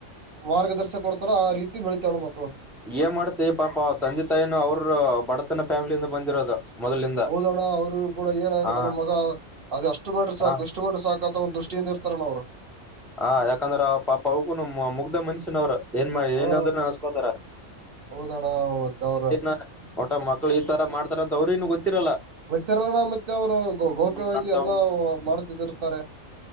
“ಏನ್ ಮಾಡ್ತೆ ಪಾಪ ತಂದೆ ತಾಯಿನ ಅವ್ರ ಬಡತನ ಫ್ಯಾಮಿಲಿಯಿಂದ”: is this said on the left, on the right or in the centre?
Centre